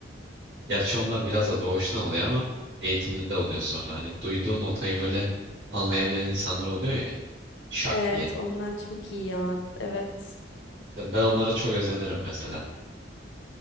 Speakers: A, on the right; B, on the left.
A: Gerçi onlar biraz da doğuştan oluyor ama eğitimli de oluyor sonra. Hani duyduğu notayı böyle anlayabilen insanlar oluyor ya şak
B: Evet,
A: diye.
B: onlar çok iyi ya. Evet.
A: Ya Ben onlara çok özenirim mesela.